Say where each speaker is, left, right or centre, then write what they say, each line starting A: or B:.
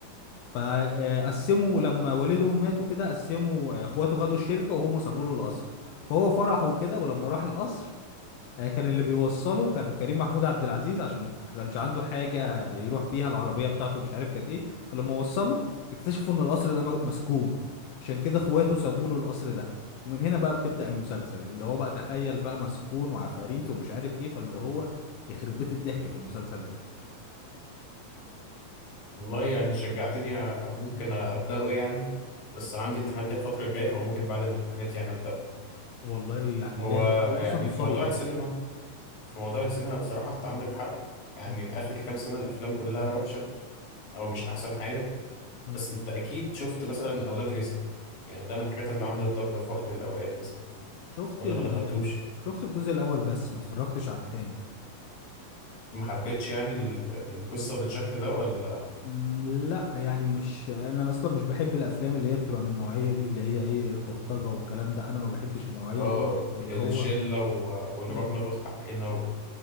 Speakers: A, on the left; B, on the left.
A: فقسموا لما والدهم ماتوا كده قسموا آه، اخواته خدوا الشركه وهم سابوا له القصر فهو فرح وكده ولما راح القصر آه، كان اللي بيوصله كان كريم محمود عبد العزيز عشان كانش عنده حاجة يروح بيها العربية بتاعته مش عارف كانت ايه فلما وصله اكتشفوا ان القصر ده م- مسكون عشان كده اخواته سابوا له القصر ده ومن هنا بقى بتبدأ المسلسل اللي هو بقى تخيل بقى مسكون وعفاريت ومش عارف ايه فاللي هو يخرب بيت الضحك في المسلسل ده
B: والله يعني شجعتني آه، ممكن أبدأه يعني بس عندي امتحانات كده الفترة الجاية فممكن بعد الامتحانات يعني أبدأه
A: والله يعني
B: هو
A: لازم هو
B: يعني
A: اصلا قصير
B: في موضوع السينما في موضوع السينما بصراحة أنت عندك حق يعني
A: م-
B: آخر كام سنة الأفلام كلها وحشة أو مش أحسن حاجة
A: م.
B: بس أنت أكيد شفت مثلا أولاد رزق يعني ده من الحاجات اللي عملت ضجة في وقت من الأوقات مثلا
A: شفت
B: ولا
A: ال
B: ما دخلتوش
A: شفت الجزء الاول بس ما اتفرجتش على التاني
B: ما حبيتش يعني ال- القصة بالشكل ده ولا
A: مم، لا يعني مش انا اصلا مش بحب الافلام اللي هي بتبقى من النوعيه دي اللي هي ايه البلطجه والكلام ده انا ما بحبش النوعيه
B: آه
A: دي و- واللي
B: الشلة
A: هو
B: و... ونروح
A: مم،
B: ناخد حقنا و...